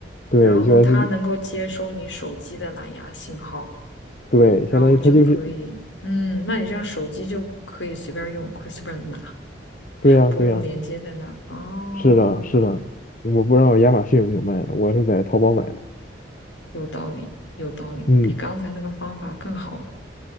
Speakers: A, on the left; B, on the left.
A: 对，USB，
B: 然后它能够接收你手机的蓝牙信号，
A: 对，
B: 然后就可以，
A: 相当于它就是，
B: 嗯，那你这样手机就可以随便用，可以随便拿。
A: 对呀，
B: 不用连接在那儿。
A: 对呀，
B: 哦，
A: 是的，是的，我不知道亚马逊有没有卖的，我是在淘宝买的。
B: 有道理，有道理，
A: 嗯，
B: 比刚才那个方法更好了。